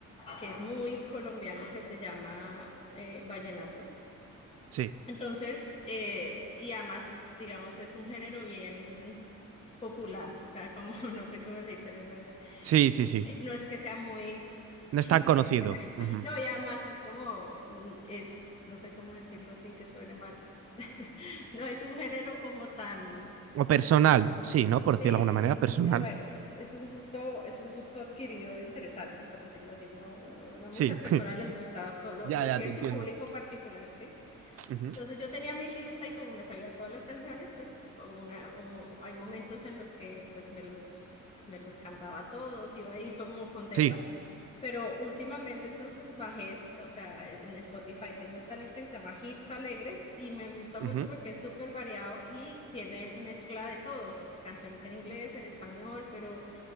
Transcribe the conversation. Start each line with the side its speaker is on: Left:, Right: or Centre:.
Left: que es muy colombiano, que se llama eh, vallenato.
Right: Sí.
Left: Entonces, eh, y además, digamos, es un género bien popular, o sea, como <laughs> no sé cómo decírtelo, no es,
Right: Sí, sí, sí.
Left: eh, no es que sea muy
Right: No
Left: chic,
Right: es tan conocido. Ujú.
Left: no, y además es como, es, no sé cómo decirlo sin que suene mal. <laughs> No es un género como tan,
Right: O personal, sí, ¿no? Por
Left: sí,
Right: decirlo de alguna
Left: no.
Right: manera, personal.
Left: Sí, bueno, es, es un gusto, es un gusto adquirido interesante, por decirlo así. No, no, no a
Right: Sí.
Left: muchas personas
Right: <laughs>
Left: les gusta, solo
Right: Ya,
Left: eh,
Right: ya,
Left: tiene
Right: te entiendo.
Left: su público particular, ¿sí?
Right: Ujú.
Left: Entonces yo tenía mi lista y como me sabía todas las canciones, pues una, un hay momentos en los que pues me los, me los cantaba todos, iba ahí como contenta,
Right: Sí.
Left: pero últimamente entonces bajé, este- o sea, en Spotify tengo esta lista que se llama Hits Alegres y me gusta mucho
Right: Ujú.
Left: porque es súper variado y tiene mezcla de todo, canciones en inglés, en español, pero